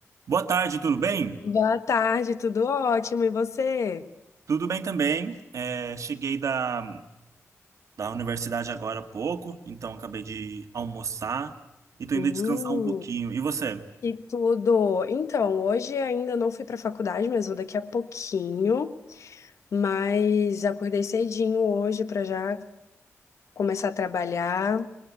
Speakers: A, on the right; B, on the left.
A: Boa tarde, tudo bem?
B: Boa tarde, tudo ótimo. E você?
A: Tudo bem também. É, cheguei da, da universidade agora há pouco, então acabei de almoçar e tô
B: Hum,
A: indo descansar um pouquinho. E você?
B: e tudo. Então, hoje ainda não fui para a faculdade, mas vou daqui a pouquinho. Mas acordei cedinho hoje para já começar a trabalhar.